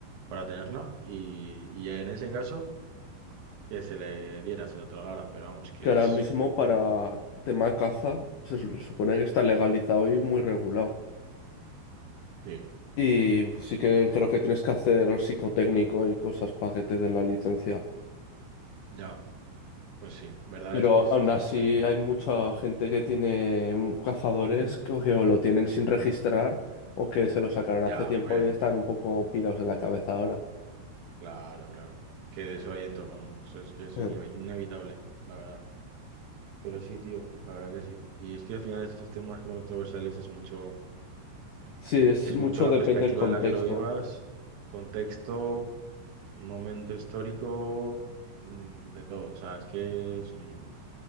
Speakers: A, on the right (about 75°); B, on the left (about 75°).
A: para tenerla, y, y en ese caso que se le diera, se le otorgara, pero vamos, que
B: Que ahora
A: es...
B: mismo para
A: mm,
B: tema caza se su- supone que está legalizado y muy regulado.
A: Sí,
B: Y sí que creo que tienes que hacer psicotécnico y cosas para que te den la licencia.
A: ya, pues sí, verdad
B: Pero
A: es que es
B: aún
A: así.
B: así
A: O sea, yo pienso...
B: hay mucha gente que tiene mm, cazadores
A: Mm.
B: que o que o lo tienen sin registrar o que se lo sacaron
A: Ya,
B: hace tiempo
A: obviamente.
B: y están un poco pirados de la cabeza ahora.
A: Claro, claro. Que de eso hay en todo el mundo. Eso es que eso
B: Eh,
A: es inevi- inevitable, la verdad. Pero sí, tío, la verdad que sí. Y es que al final estos temas controversiales es mucho,
B: Sí, es
A: es
B: mucho
A: mucho la
B: depende
A: perspectiva
B: del contexto.
A: en la que lo vivas, contexto, momento histórico, mm, de todo. O sea, es que es mm,